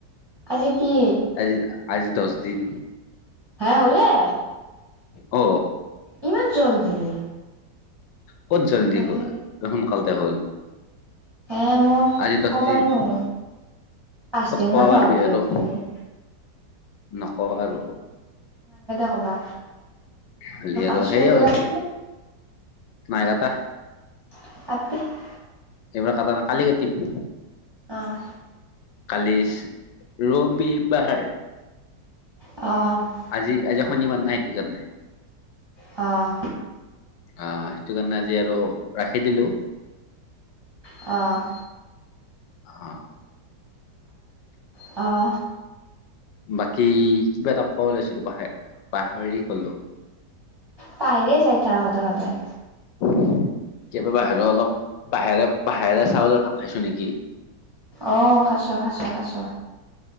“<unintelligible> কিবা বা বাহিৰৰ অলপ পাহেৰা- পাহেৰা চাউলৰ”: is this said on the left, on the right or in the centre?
Left